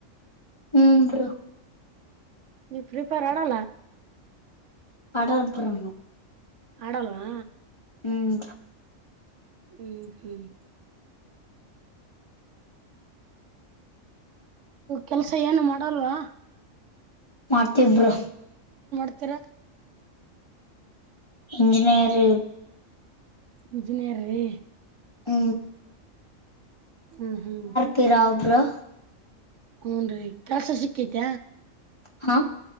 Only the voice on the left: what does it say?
ಹ್ಮ್
ಅಡಲ್ ಬರಣು
ಹ್ಮ್
ಮಾಡ್ತಬರು
ಇಂಜಿನಿಯರ್
ಹ
ಪಿರಾವ್ ಬ್ರೋ
ಹಾ